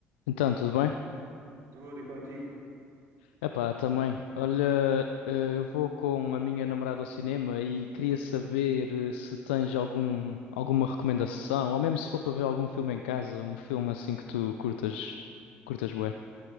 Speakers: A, on the left; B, on the right.
A: Então, tudo bem?
B: Tudo e contigo.
A: Epá, também. Olha, eh, eu vou com a minha namorada ao cinema e queria saber eh, se tens algum, alguma recomendação, ou mesmo se for para ver algum filme em casa, um filme assim que tu curtas, curtas bué.